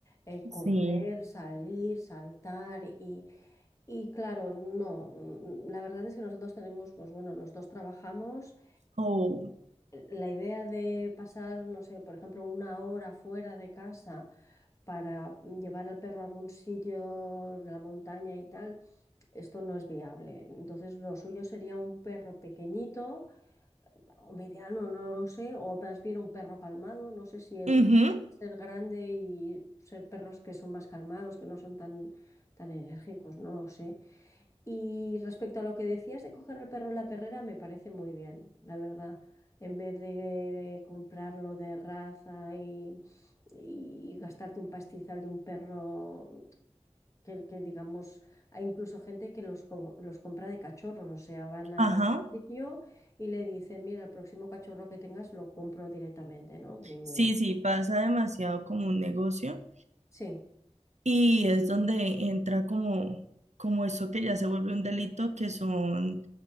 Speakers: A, on the left; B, on the right.
A: eh, correr,
B: Sí.
A: salir, saltar y, y claro, no, mm, la verdad es que nosotros tenemos, pues bueno, los dos trabajamos
B: Oh.
A: la idea de pasar, no sé, por ejemplo, una hora fuera de casa para llevar al perro a algún sitio la montaña y tal, esto no es viable. Entonces, lo suyo sería un perro pequeñito o mediano, no lo sé, o más bien un perro calmado, no sé si el-
B: ujú,
A: ser grande y ser perros que son más calmados, que no son tan, tan enérgicos, no lo sé. Y respecto a lo que decías de coger al perro en la perrera, me parece muy bien, la verdad. En vez de eh, comprarlo de raza y, y gastarte un pastizal de un perro que, que, digamos, hay incluso gente que los, co- los compra de cachorros, o sea, van a
B: Ajá.
A: un sitio y le dicen, mira, el próximo cachorro que tengas lo compro directamente, ¿no? Mi- mi-
B: Sí, sí, pasa demasiado como un negocio
A: Sí.
B: y es donde entra como, como eso que ya se vuelve un delito, que son